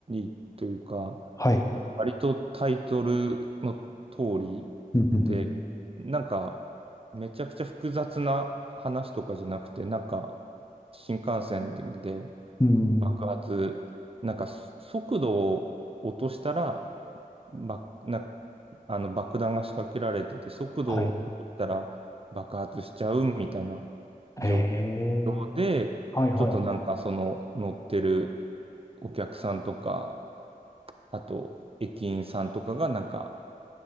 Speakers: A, on the right; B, on the left.
A: ーというか、
B: はい。
A: 割とタイトルの通り
B: <laughs> うん、うん、
A: で、なんかめちゃくちゃ複雑な話とかじゃなくて、なんか新幹線で
B: うん。うん
A: 爆発、なんか速度を落としたらば、な、あの爆弾が仕掛けられてて、速度を落としたら爆発しちゃうみたいな
B: はい。
A: 状
B: へえ。
A: 況で、
B: はい、はい、
A: ちょっとなんかその乗ってる
B: は
A: お客さんとか、あと駅員さんとかがなんか